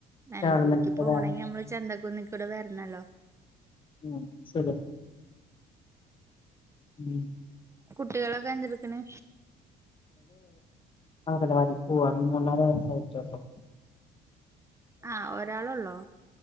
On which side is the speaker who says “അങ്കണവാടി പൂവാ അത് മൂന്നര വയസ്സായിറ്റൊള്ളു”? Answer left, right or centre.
Left